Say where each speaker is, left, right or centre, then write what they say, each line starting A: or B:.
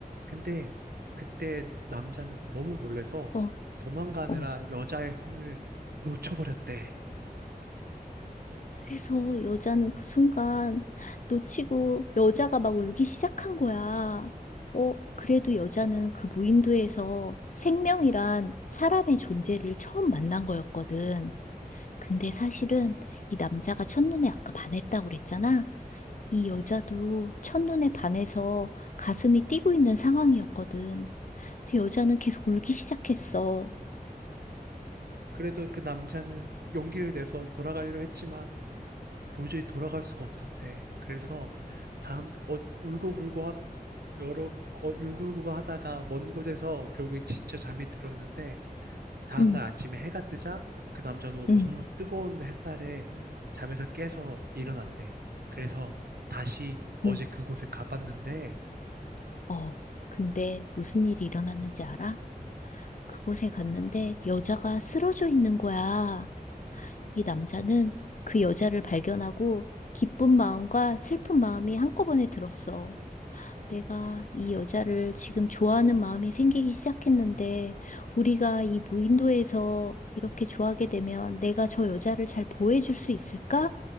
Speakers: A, on the right; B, on the left.
A: 근데 그때 남자는 너무 놀래서
B: 어,
A: 도망가느라
B: 어.
A: 여자의 손을 놓쳐버렸대.
B: 그래서 여자는 그 순간 놓치고 여자가 막 울기 시작한 거야. 어, 그래도 여자는 그 무인도에서 생명이란 사람의 존재를 처음 만난 거였거든. 근데 사실은 이 남자가 첫눈에 아까 반했다고 그랬잖아. 이 여자도 첫눈에 반해서 가슴이 뛰고 있는 상황이었거든. 그래서 여자는 계속 울기 시작했어.
A: 그래도 그 남자는 용기를 내서 돌아가려 했지만 도저히 돌아갈 수가 없었대. 그래서 다음 어, 울고불고 하, 여러 어, 울고불고 하다가 먼 곳에서 결국에 지쳐 잠이 들었는데 다음날
B: 응,
A: 아침에 해가 뜨자 그 남자도
B: 응.
A: 너무 뜨거운 햇살에 잠에서 깨서 일어났대. 그래서 다시 어제
B: 응.
A: 그곳에 가봤는데,
B: 어, 근데 무슨 일이 일어났는지 알아? 그곳에 갔는데 여자가 쓰러져 있는 거야. 이 남자는 그 여자를 발견하고 기쁜 마음과 슬픈 마음이 한꺼번에 들었어. 내가 이 여자를 지금 좋아하는 마음이 생기기 시작했는데 우리가 이 무인도에서 이렇게 좋아하게 되면 내가 저 여자를 잘 보호해줄 수 있을까?